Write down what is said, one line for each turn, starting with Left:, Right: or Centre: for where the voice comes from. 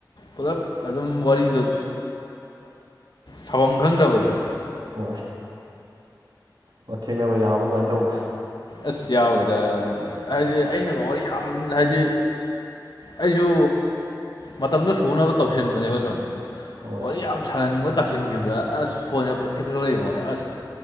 Left: ꯄꯨꯂꯞ ꯑꯗꯨꯝ ꯋꯥꯔꯤꯗꯣ ꯁꯥꯕꯝ ꯈꯪꯗꯕꯗꯣ
Right: ꯍꯣꯏ ꯑꯣ ꯊꯦꯡꯅꯕ ꯌꯥꯎꯔꯕ ꯑꯗꯨꯃꯥꯏꯅ ꯇꯧꯕ
Left: ꯑꯁ ꯌꯥꯎꯋꯤꯗ ꯍꯥꯏꯗꯤ ꯑꯩꯅꯒ ꯋꯥꯔꯤ ꯌꯥꯝ ꯍꯥꯏꯗꯤ ꯑꯩꯁꯨ ꯃꯇꯝꯗꯣ ꯁꯨꯅꯕ ꯇꯧꯁꯤꯟꯕꯅꯦꯕ ꯁꯨꯝ
Right: ꯍꯣꯏ
Left: ꯋꯥꯔꯤꯌꯥꯝ ꯁꯥꯟꯅꯅꯤꯡꯕ ꯇꯥꯁꯤꯟꯈꯤꯕꯗ ꯑꯁ ꯐꯣꯟꯅꯦ ꯄꯠ ꯈꯛ ꯂꯩꯣꯅꯦ ꯑꯁ